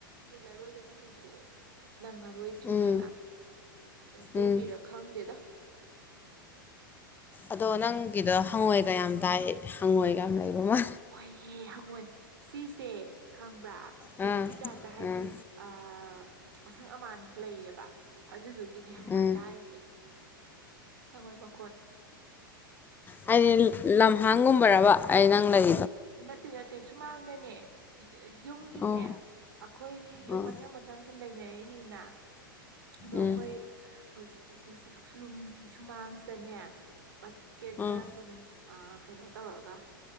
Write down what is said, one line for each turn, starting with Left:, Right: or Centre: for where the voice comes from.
Right: ꯃꯨꯜꯂꯔꯣꯏꯗꯅ ꯀꯩꯁꯨ ꯅꯪꯉꯔꯣꯏꯗ꯭ꯔꯤꯅꯦꯕ
Left: ꯎꯝ
Right: ꯇꯨꯒꯤꯔ
Left: ꯎꯝ
Right: ꯈꯪꯗꯦ ꯑ
Left: ꯑꯗꯣ ꯅꯪꯒꯤꯗꯣ ꯍꯪꯉꯣꯏꯒ ꯌꯥꯝ ꯇꯥꯏ ꯍꯪꯉꯣꯏꯒ ꯌꯥꯝ ꯂꯩꯕ ꯃ
Right: ꯍꯣꯏꯍꯦ ꯍꯪꯉꯣꯏ ꯁꯤꯁꯦ ꯈꯪ ꯭ꯔ ꯀꯩꯅꯣꯒꯤ
Left: ꯑꯥ
Right: ꯇꯥꯏꯞꯇ ꯍꯥꯏꯗꯤ
Left: ꯑꯥ
Right: ꯑ ꯑꯁꯪ ꯑꯃꯥꯟ ꯂꯩꯌꯦꯕ ꯑꯗꯨꯗꯨ ꯒꯤꯅꯦ ꯍꯪꯉꯣꯏ
Left: ꯎꯝ
Right: ꯇꯥꯔꯤꯁꯦ ꯍꯪꯉꯣꯏ ꯃ
Left: ꯍꯥꯏꯗꯤ ꯂꯝ ꯑꯍꯥꯡꯒꯨꯝꯕꯔꯕ ꯑꯩ ꯅꯪ ꯂꯩ
Right: ꯅꯠꯇꯦ ꯅꯠꯇꯦ ꯁꯨꯃꯥꯡꯗꯅꯦ ꯌꯨꯝꯒꯤꯅꯦ
Left: ꯑꯣ
Right: ꯑꯩꯈꯣꯏꯒꯤ ꯌꯨꯝ
Left: ꯑꯥ
Right: ꯃꯊꯪ ꯃꯊꯪ ꯁꯨꯝ ꯂꯩꯅꯔꯤꯅꯤꯗꯥꯅ ꯑꯥꯗꯣ
Left: ꯎꯝ
Right: ꯑꯩꯈꯣꯏ ꯍꯧꯖꯤꯛꯀꯤꯁꯤꯅ ꯌꯨꯝꯒꯤ ꯁꯨꯃꯥꯡꯁꯤꯗꯅꯦ ꯃꯆꯦꯠ ꯈꯔ
Left: ꯑꯥ
Right: ꯁꯨꯝ ꯑꯥ ꯀꯩꯅꯣ ꯇꯧꯔꯒ